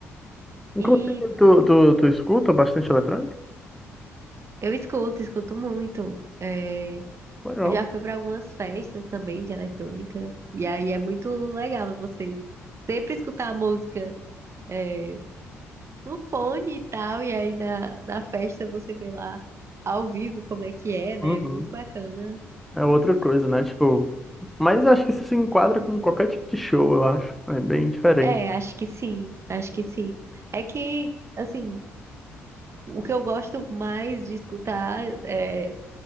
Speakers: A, on the right; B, in the centre.
A: E
B: Inclusive, tu, tu, tu escuta bastante eletrônica?
A: Eu escuto, escuto muito. É,
B: Legal.
A: eu já fui pra algumas festas também de eletrônica. E aí é muito legal você sempre escutar a música é, no fone e tal. E aí na, na festa você vê lá ao vivo como é que é, né?
B: Uhum.
A: Muito bacana.
B: É outra coisa, né? Tipo, mas acho que isso se enquadra com qualquer tipo de show, eu acho. É bem diferente.
A: É, acho que sim, acho que sim. É que, assim, o que eu gosto mais de escutar é